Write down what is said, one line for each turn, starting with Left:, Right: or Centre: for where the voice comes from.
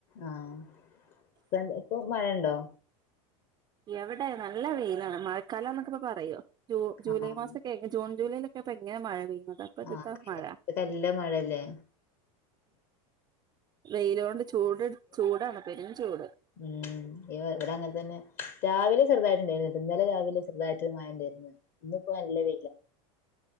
Left: ആ ഇപ്പോ ന്ത് ഇപ്പൊ മഴണ്ടോ
Right: എവിടെ നല്ല വെയിലാണ് മഴക്കാലം എന്നൊക്കെ പ്പോലെ പറയോ ജൂ ജൂലൈ
Left: ആഹ്
Right: മാസൊക്കെ ജൂൺ ജൂലൈൽ പ്പൊ എങ്ങനെ മഴ പെയ്യുന്നത് അപ്പൊ എതിത്താ
Left: ആഹ്
Right: മഴ
Left: നല്ല മഴല്ലേ
Right: വെയിലോണ്ട് ചൂട് എടുത്ത് ചൂടണ് പെരും ചൂട്
Left: ഉം ഇവ ഇവിടെ അങ്ങനെ തന്നെ രാവിലെ ചെറുതായിട്ട്ണ്ടായിരുന്ന ഇന്നലെ രാവിലെ ചെറുതായി ട്ട് മഴയുണ്ടായിരുന്നു ഇന്നി ഇപ്പോ നല്ല വെയില